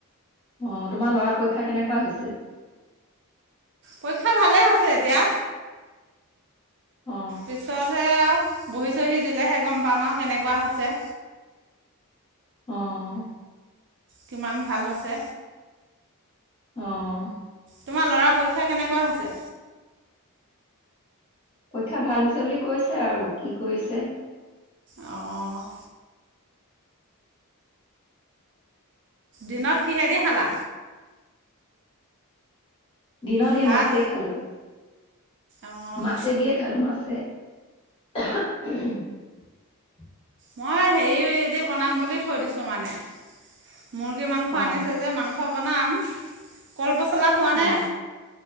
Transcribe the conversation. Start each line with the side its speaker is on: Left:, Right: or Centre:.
Left: অহ', তোমাৰ লৰাৰ পৰীক্ষা কেনেকুৱা হৈছে?
Right: পৰীক্ষা ভালে হৈছে এতিয়া।
Left: অ
Right: পিছতহে আৰু। বহি চহি দিলেহে গম পাম আৰু কেনেকুৱা হৈছে।
Left: অহ ',
Right: কিমান ভাল হৈছে।
Left: অহ ',
Right: তোমাৰ লৰা পৰীক্ষা কেনেকুৱা হৈছে?
Left: পৰীক্ষা ভাল হৈছে বুলি কৈছে আৰু কি কৰিছে।
Right: অহ ', দিনত কি হেৰিদি খালা?
Left: দিনত সেই
Right: ভাত
Left: মাছেই খালোঁ।
Right: অঁ
Left: মাছে দিয়ে খালোঁ মাছ। <unintelligible> <unintelligible>
Right: মই হেৰিদি বনাম বুলি থৈ দিছোঁ মানে মুৰ্গী মাংস
Left: অ
Right: আনিছে যে মাংস বনাম। কল পছ। পচলা খোৱা নে?
Left: অ